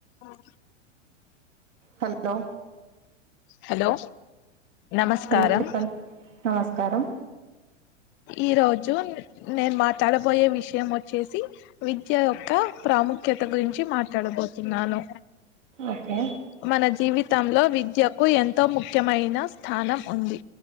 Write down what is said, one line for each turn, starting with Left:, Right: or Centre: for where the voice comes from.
Left: ఆఓ
Right: హలో
Left: హలో నమస్కారం
Right: హలో చెప్పండి నమస్కారం
Left: ఈ రోజు నేను మాట్లాడబోయే విషయం వచ్చేసి విద్య యొక్క ప్రాముఖ్య ముఖ్యత గురించి మాట్లాడబోతున్నాను
Right: ఓకే
Left: మన జీవితంలో విద్యకు ఎంతో ముఖ్యమైన స్థానం ఉంది